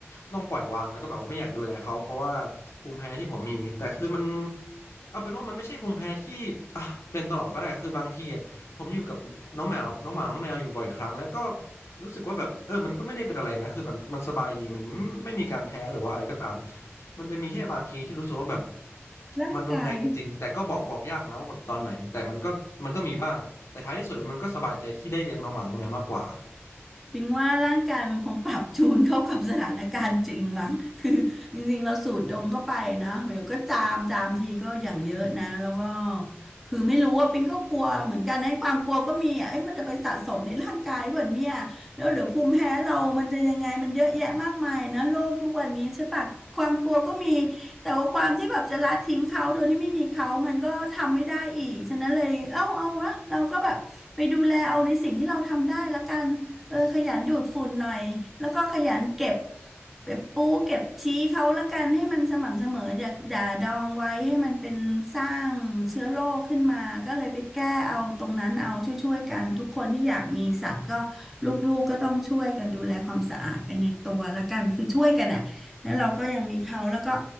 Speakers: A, on the left; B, in the centre.
A: ต้องปล่อยวางแล้วก็แบบว่าไม่อยากดูแลเขาเพราะว่าภูมิแพ้ที่ผมมีแต่คือมันเอาเป็นว่ามันไม่ใช่ภูมิแพ้ที่อ่ะเป็นตลอดก็ได้คือบางทีอะ ผมอยู่กับน้องแมวน้องหมา น้องแมวอยู่บ่อยครั้งแล้วก็รู้สึกว่าแบบเออมันก็ไม่ได้เป็นอะไรนะคือมันมันสบายดีมันไม่มีการแพ้หรือว่าอะไรก็ตาม มันจะมีแค่บางทีที่รู้สึกว่าแบบ
B: ร่างกาย
A: มันรุนแรงจริงๆแต่ก็บอกบอกยากนะว่าแบบตอนไหน แต่มันก็มันก็มีบ้าง แต่ท้ายที่สุดแล้วมันก็สบายใจที่ได้เลี้ยงน้องหมาน้องแมวมากกว่า
B: ปิงว่าร่างกายมันคงปรับจูนเข้ากับสถานการณ์จริงมั้ง <laughs> คือจริงๆเราสูดดมเข้าไปนะเดี๋ยวก็จามจามทีก็อย่างเยอะนะแล้วก็คือไม่รู้ว่าปิงก็กลัวเหมือนกันในะความกลัวก็มีอ่ะเอ้ยมันจะไปสะสมในร่างกายแบบเนี่ยแล้วเดี๋ยวภูมิแพ้เรามันจะยังไงมันเยอะแยะมากมายนะโลกทุกวันนี้ใช่ปะความกลัวก็มีแต่ว่าความที่แบบจะละทิ้งเขาโดยที่ไม่มีเขามันก็ทำไม่ได้อีกฉะนั้นเลยเอ้าเอาละเราก็แบบไปดูแลเอาในสิ่งที่เราทำได้ละกัน เออขยันดูดฝุ่นหน่อยแล้วก็ขยันเก็บเก็บปูเก็บชี้เขาละกันให้มันสม่ำเสมออย่าอย่าดองไว้ให้มันเป็นสร้างเชื้อโรคขึ้นมาก็เลยไปแก้เอาตรงนั้นเอาช่วยๆกันทุกคนที่อยากมีสัตว์ก็ลูกๆก็ต้องช่วยกันดูแลความสะอาดไปในตัวละกันคือช่วยกันอ่ะแล้วเราก็ยังมีเขาแล้วก็